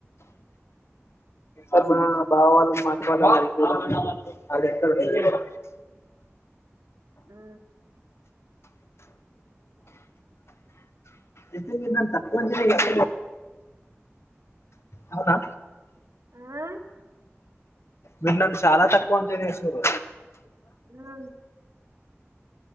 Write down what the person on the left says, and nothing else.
ార్ మన బావ వాళ్ళు మాంచి వాళ్ళు మరి అది ఇస్తారు బ
ఎతేంగా నా తప్పందిర ఎత అవునా
మీరు నన్ను చాలా తక్కువ అంచనా వేశారు